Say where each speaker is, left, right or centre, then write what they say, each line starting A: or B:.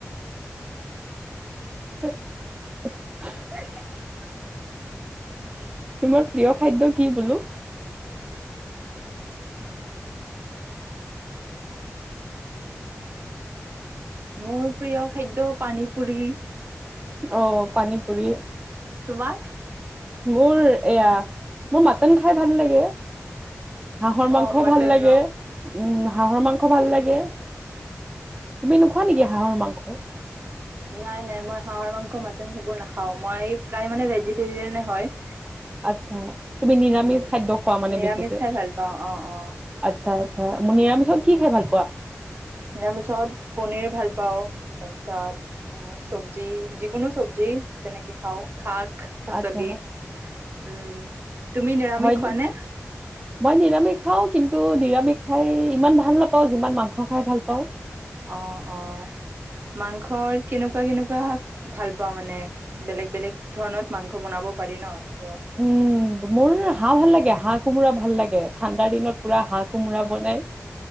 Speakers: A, on the right (about 20°); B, on the right (about 45°).
A: তোমাৰ প্ৰিয় খাদ্য কি বোলো?
B: মোৰ প্ৰিয় খাদ্য পানীপুৰি।
A: অ', পানীপুৰি।
B: তোমাৰ?
A: মোৰ এয়া, মোৰ মাটন খাই ভাল লাগে। হাঁহৰ মাংসও
B: অ মটন
A: ভাল লাগে,
B: ন
A: উম, মাহ হাঁহৰ মাংস ভাল লাগে, তুমি নোখোৱা নেকি হাঁহৰ মাংস?
B: নাই, নাই মই হাঁহৰ মাংস, মাটন সেইবোৰ নাখাও মই প্ৰায় মানে ভেজিটেৰিয়ানে হয়।
A: আচ্ছা, তুমি নিৰামিষ
B: উম
A: খাদ্য খোৱা মানে
B: নিৰামিষ
A: বেছিকে,
B: খাই ভাল পাওঁ অ অ
A: আচ্ছা, আচ্ছা, নিৰামিষত
B: উম
A: কি খাই ভাল পোৱা?
B: নিৰামিষত পনীৰ ভাল পাওঁ তাৰপিছত আ, চব্জি যিকোনো, চব্জি তেনেকে খাওঁ শাক পাচলি
A: আচ্ছা।
B: উম। তুমি নিৰামিষ
A: হয়
B: খোৱানে?
A: নি মই নিৰামিষ খাওঁ, কিন্তু নিৰামিষ খাই ইমান ভাল নাপাওঁ, যিমান মাংস খাই ভাল পাওঁ।
B: অ', অ', মাংসৰ কেনেকুৱা, কেনেকুৱা ভাল পোৱা মানে? বেলেগ, বেলেগ ধৰণত মাংস বনাব পাৰি ন? ত'
A: উম, মোৰ হাঁহ ভাল লাগে হাঁহ, কোমোৰা ভাল লাগে, ঠাণ্ডাৰ দিনত পুৰা হাঁহ, কোমোৰা বনায়।